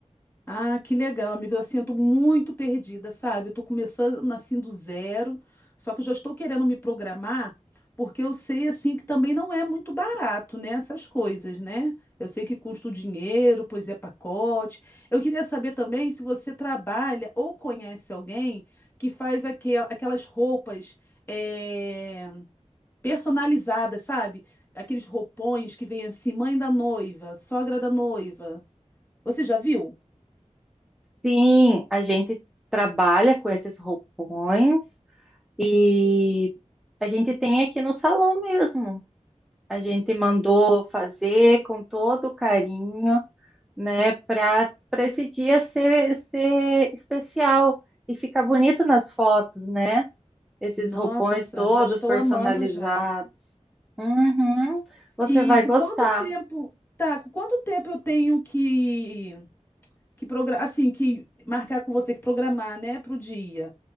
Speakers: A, on the left; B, in the centre.
A: Ah, que legal, amigo. Assim, eu tô muito perdida, sabe? Eu tô começando assim do zero, só que eu já estou querendo me programar, porque eu sei assim que também não é muito barato, né? Essas coisas, né? Eu sei que custa o dinheiro, pois é pacote. Eu queria saber também se você trabalha ou conhece alguém que faz aquel- aquelas roupas eh, personalizadas, sabe? Aqueles roupões que vem assim, mãe da noiva, sogra da noiva. Você já viu?
B: Sim, a gente trabalha com esses roupões e a gente tem aqui no salão mesmo. A gente mandou fazer com todo carinho. né? Para para esse dia ser, ser especial e ficar bonito nas fotos, né? Esses
A: Nossa,
B: roupões todos
A: já estou
B: personalizados.
A: amando já.
B: Uhum, você
A: E
B: vai
A: com
B: gostar.
A: quanto tempo, tá, com quanto tempo eu tenho que que progra- assim, que marcar com você que programar, né, para o dia?